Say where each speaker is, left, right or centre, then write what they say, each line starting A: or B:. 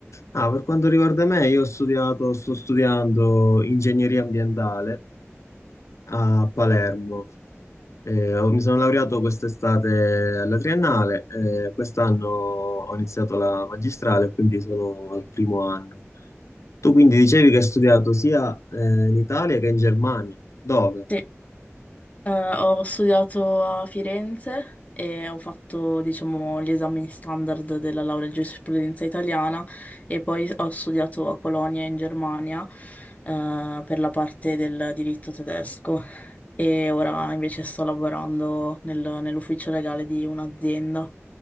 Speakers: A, on the left; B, on the left.
A: ah, per quanto riguarda me, io ho studiato, sto studiando ingegneria ambientale a Palermo. Eh, ho- mi sono laureato quest'estate alla triennale, eh, quest'anno ho iniziato la magistrale, quindi sono al primo anno. Tu quindi dicevi che hai studiato sia eh, in Italia che in Germania. Dove?
B: Sì. Eh, ho studiato a Firenze e ho fatto, diciamo, gli esami standard della laurea in giurisprudenza italiana e poi ho studiato a Colonia in Germania, eh, per la parte del diritto tedesco e ora invece sto lavorando nel- nell'ufficio legale di un'azienda.